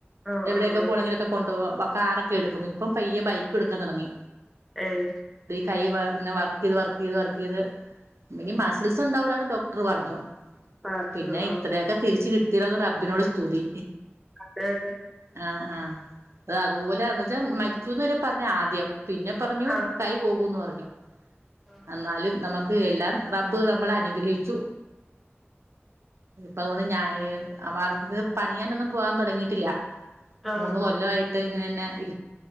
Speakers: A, in the centre; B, on the right.
A: ആഹ്
B: എവിടെക്കെ
A: ആഹ് ആഹ്
B: പോണങ്കിലും കൊണ്ടോവാ കാറൊക്കെ എട്ക്കും ഇപ്പം പയ്യെ ബൈക്ക് ഇട്ക്കാൻ തോടങ്ങി
A: ഏഹ്
B: കൈ ഇങ്ങനെ വർക്കെയ്ത് വർക്കെയ്ത് വർക്കെയ്ത് ഇനി
A: ഉം
B: മസിൽസ് ഉണ്ടാവൂല്ലാന്ന് ഡോക്ടർ പറഞ്ഞു.
A: പറഞ്ഞു
B: പിന്നെ
A: ആഹ്
B: ഇത്രയൊക്കെ തിരിച്ച് കി <unintelligible> റബിനോട് സ്തുതി
A: അതായത്
B: ആഹ് ആഹ് അതുപോലെ ന്നച്ചാ മരിച്ചുന്ന് വരെ പർഞ് ആദ്യം പിന്നെ പർഞ്ഞു
A: ആഹ്
B: കൈ പോകൂന്ന് പർഞ്ഞു
A: ആഹ്
B: അന്നാലും നമുക്ക് എല്ലാം റബ്ബ് നമ്മളെ അനുഗ്രഹിച്ചു ഇപ്പ അതുകൊണ്ട് ഞ വർക്കിങ്ങ്ന് പണിയാനൊന്നും പോവാൻ തോടങ്ങിട്ടില്ല
A: ആഹ്
B: മൂന്ന് കൊല്ലായിട്ട് ഇങ്ങനെന്നെ ഇ